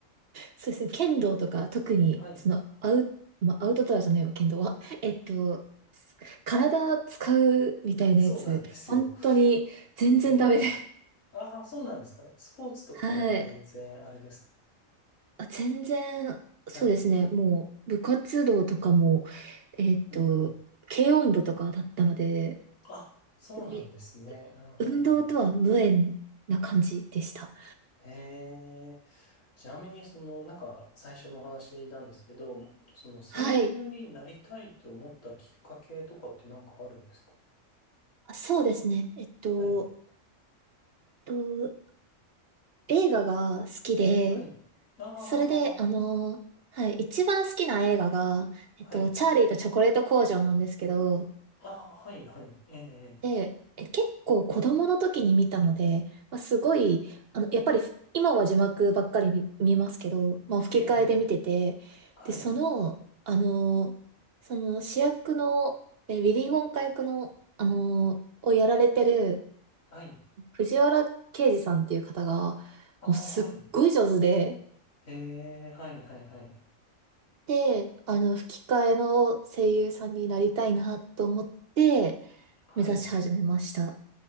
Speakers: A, on the right; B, on the left.
A: そうですね。剣道とか、特に、
B: はい、
A: その、アウ、まあ、アウトドアじゃないわ、剣道は。<laughs> えっと、体使うみたいなやつ、
B: そうなんですよ。
A: 本当に全然ダメで。
B: ええ、ああ、そうなんですか。スポーツとかは全然あれですか。
A: <laughs> はい。あ全然、
B: はい、
A: そうですね。もう、部活動とかも、えっと、
B: うん、うん。
A: 軽音部とかだったので、
B: あ、そうなんですね。
A: 本当に
B: うん、
A: 運動とは無縁な感じでした。
B: うん、うん。へえ、ちなみに、その、なんか、最初のお話なんですけど、その、声優になりたいって思ったきっかけとかってなんかあるんですか
A: はい。あそうですね。えっと、
B: はい。
A: と映画が好きで、
B: はい。ああ、
A: それで、あのーはい、一番好きな映画が、えっと、
B: はい。
A: チャーリーとチョコレート工場なんですけど、
B: ああ、はい、はい。ええ、
A: で、え、結構子供の時に見たので、まあ、すごい、あの、やっぱり今は字幕ばっかり見、見ますけど、まあ、吹き替えで見てて、
B: ええ、はい、
A: で、その、あのーその主役の、え、ウィリー・ウォンカ役の、あのーをやられてる
B: はい。
A: 藤原啓治さんっていう方が、
B: ああ、
A: もうすっごい上手で、
B: はい。ええ、はい、はい、はい。
A: で、あの、吹き替えの声優さんになりたいなと思って、
B: はい。
A: 目指し始めました。